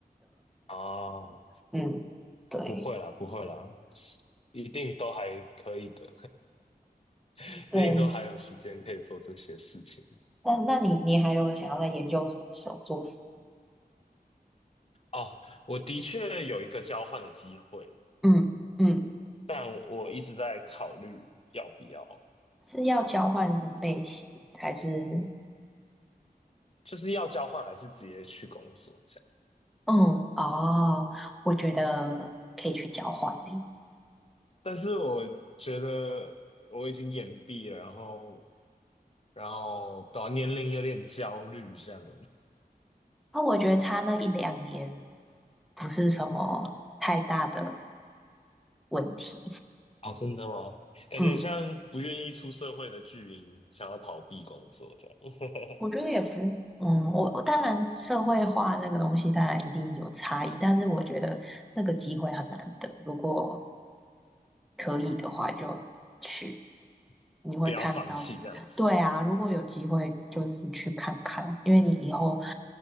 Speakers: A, on the left (about 40°); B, in the centre.
A: 啊。
B: 嗯，对
A: 不会啦，不会啦，一定都还可以的，<laughs>
B: 对。
A: 一定都还有时间可以做这些事情。
B: 那那你你还有想要在研究所的时候做什
A: 哦，我的确有一个交换的机会，
B: 么？嗯嗯，
A: 但我一直在考虑要不要。
B: 是要交换什么类型，还是？
A: 就是要交换还是直接去工作这样。
B: 嗯，哦，我觉得可以去交换诶。
A: 但是我觉得我已经延毕了，然后然后到年龄有点焦虑这样。
B: 那我觉得差那一两年不是什么太大的问题。
A: 哦，真的吗？感觉像不愿意出社会的巨婴，
B: 嗯，
A: 想要逃避工作这样，
B: 我觉得也不，嗯，我我当然社会化那个东西当然一定有差异，但是我觉得那个机会很难得。如果可以的话就去，
A: <laughs>
B: 你会看到，
A: 不要放弃这样子。
B: 对啊，如果有机会就是去看看，因为你以后